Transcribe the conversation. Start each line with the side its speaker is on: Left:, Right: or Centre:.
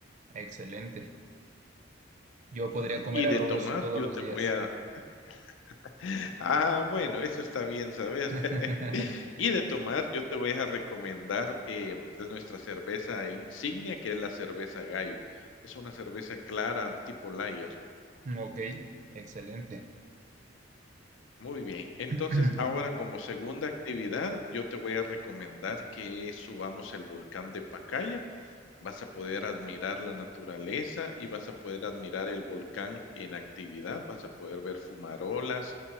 Right: excelente. Yo
Left: Ujú.
Right: podría comer
Left: Y
Right: arroz
Left: de tomar,
Right: todos
Left: yo
Right: los
Left: te
Right: días.
Left: voy a <laughs> ah, bueno, eso está bien saber.
Right: <laughs>
Left: <laughs> Y de tomar, yo te voy a recomendar, em, nuestra cerveza insignia, que es la cerveza Gallo. Es una cerveza clara tipo lager.
Right: Ok, excelente.
Left: Muy bien. Entonces,
Right: <clears throat>
Left: ahora como segunda actividad, yo te voy a recomendar que subamos el volcán de Pacaya. Vas a poder admirar la naturaleza y vas a poder admirar el volcán en actividad. Vas a poder ver fumarolas